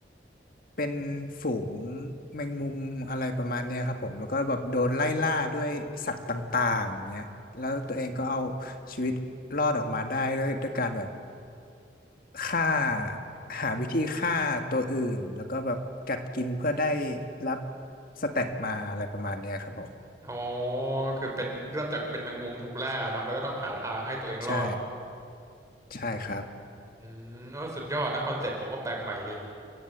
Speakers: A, on the left (about 50°); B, on the right (about 20°).
A: เป็นฝูงแมงมุมอะไรประมาณเนี้ยครับผมแล้วก็แบบโดนไล่ล่าด้วยสัตว์ต่างๆอย่างเงี้ยแล้วตัวเองก็เอาชีวิตรอดออกมาได้ด้วยด้วยการแบบ ฆ่าหาวิธีฆ่าตัวอื่นแล้วก็แบบกัดกินเพื่อได้รับสเตตมาอะไรประมาณเนี้ยครับผม
B: อ๋อคือเป็นเริ่มจากเป็นแมงมุมถูกล่าเนาะแล้วก็ต้องหาทางให้ตัวเองรอด
A: ใช่ใช่ครับ
B: อืมเออสุดยอดนะคอนเซปต์ผมว่าแปลกใหม่ดี